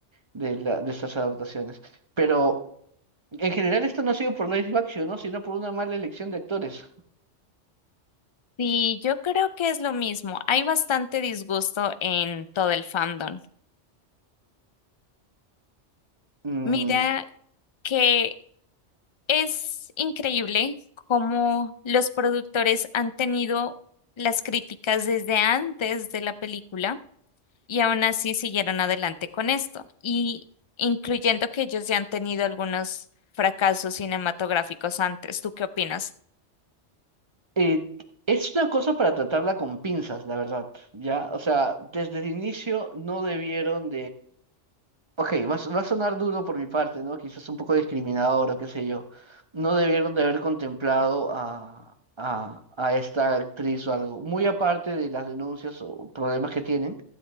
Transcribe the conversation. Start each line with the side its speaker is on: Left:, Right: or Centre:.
Right: de, la- de estas adaptaciones. Pero en general esto no ha sido por live action, ¿no? Sino por una mala elección de actores.
Left: Sí, yo creo que es lo mismo. Hay bastante disgusto en todo el fandom.
Right: Mm,
Left: Mira que es increíble cómo los productores han tenido las críticas desde antes de la película y aún así siguieron adelante con esto, y incluyendo que ellos ya han tenido algunos fracasos cinematográficos antes. ¿Tú qué opinas?
Right: eh, es una cosa para tratarla con pinzas, la verdad, ¿ya? O sea, desde el inicio no debieron Ok, va, a s- va a sonar duro por mi parte, ¿no? Quizás un poco discriminador o qué sé yo. No debieron de haber contemplado a, a, a esta actriz o algo, muy aparte de las denuncias o problemas que tienen,